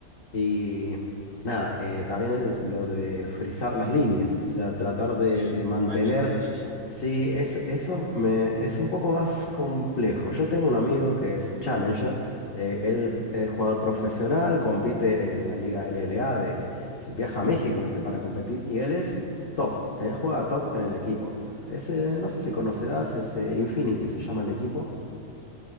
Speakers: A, on the left; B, on the left.
A: Y nada, eh, también el- lo de frizar las líneas, o sea, tratar de,
B: Sí,
A: de mantener...
B: el manejo de línea.
A: Sí, es, eso me, es un poco más complejo. Yo tengo un amigo que es Challenger, eh, él es jugador profesional, compite en la Liga LLA, de, se- viaja a México, ¿viste? Para competir, y él es top, él juega top en el equipo. Ese, no sé si conocerás, ese Infinity se llama el equipo.